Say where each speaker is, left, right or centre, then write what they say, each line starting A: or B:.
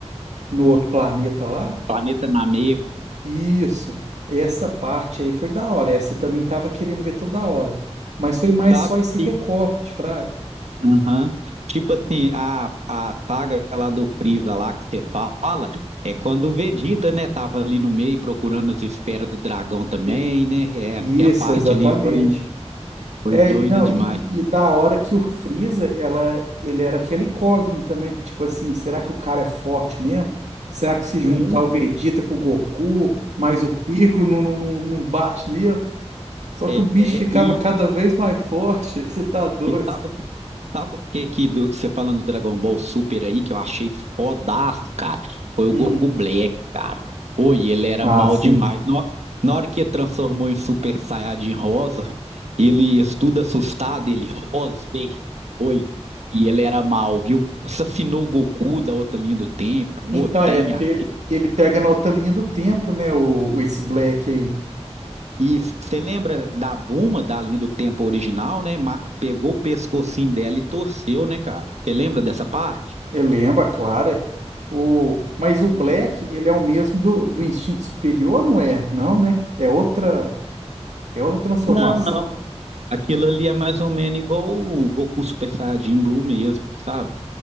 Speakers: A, on the right; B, on the right.
A: no outro planeta lá.
B: Planeta Nameco,
A: Isso. Essa parte aí foi da hora. Essa eu também tava querendo ver toda hora. Mas foi mais
B: sabe?
A: só esse recorte, Fraga.
B: Aham. Tipo assim, a, a saga lá do Freeza lá que você fala, é quando o Vegeta, né, tava ali no meio procurando as esferas do dragão também,
A: E-
B: né?
A: Isso,
B: É, que a parte
A: exatamente.
B: ali foi, foi
A: É,
B: doida
A: e não,
B: demais.
A: e, e- e da hora que o Freeza, ela, ele era aquele incógnita, né? Tipo assim, será que o cara é forte mesmo? Será que se juntar
B: Hum,
A: o Vegeta com o Goku, mais o Piccolo, não, não, não não bate nele? Só
B: é,
A: que o bicho
B: é,
A: ficava
B: e,
A: cada vez mais forte. <laughs> Você tá doido?
B: E sabe, o que- sabe o que que do- você falando do Dragon Ball Super aí, que eu achei fodaço, cara? Foi o
A: Hum.
B: Goku Black, cara. Oi, ele era
A: Ah,
B: mal
A: sim.
B: demais. Na na hora que ele transformou em Super Saiyajin Rosa, ele estuda assustado, ele, Rosbei. Oi, e ele era mal, viu? Assassinou o Goku da outra linha do tempo, Goten,
A: Então, é porque
B: a
A: ele pega na outra linha do tempo, né? O, o- esse Black aí.
B: e você lembra da Buma da linha do tempo original, né? Ma- Pegou o pescocinho dela e torceu, né, cara? Você lembra dessa parte?
A: Eu lembro, a Clara. O, mas o Black, ele é o mesmo do, do instinto superior, não é? Não, né? É outra, é outra transformação,
B: Não, não.
A: não?
B: Aquilo ali é mais ou menos igual o Goku Super Saiyajin Blue mesmo, sabe?